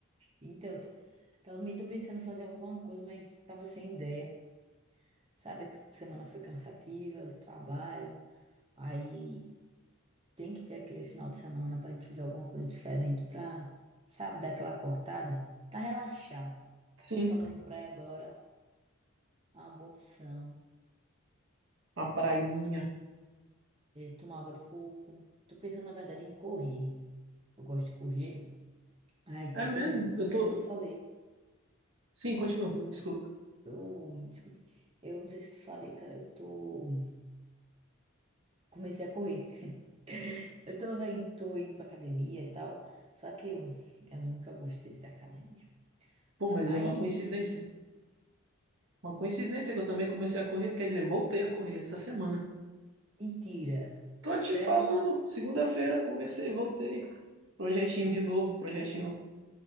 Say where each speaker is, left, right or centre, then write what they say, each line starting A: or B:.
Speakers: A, on the right; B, on the right.
A: Então, eu tô- também tô pensando em fazer alguma coisa, mas tava sem ideia. Sabe, que semana foi cansativa, trabalho. Aí tem que ter aquele final de semana pra gente fazer alguma coisa diferente pra, sabe, dar aquela cortada, pra relaxar.
B: Sim,
A: Você falou em praia agora, é uma boa opção.
B: uma prainha.
A: Mas eu tomar água de coco. Tô pensando, na verdade, em correr. Eu gosto de correr. Ai,
B: É
A: tô
B: mesmo?
A: começando. Não
B: Eu
A: sei
B: tô.
A: se eu te falei.
B: Sim, continua,
A: Eu,
B: desculpa.
A: eu, desculpe. Eu não sei se eu te falei, cara. Eu tô. Comecei a correr. <laughs> Eu tô, vai, tô indo pra academia e tal. Só que eu, eu nunca gostei da academia.
B: Pô, mas
A: Aí,
B: é uma coincidência.
A: des...
B: Uma coincidência que eu também comecei a correr, quer dizer, voltei a correr essa semana.
A: mentira.
B: Tô te
A: Sério?
B: falando, segunda-feira comecei, voltei. Projetinho
A: Ah,
B: de novo, projetinho.
A: cara.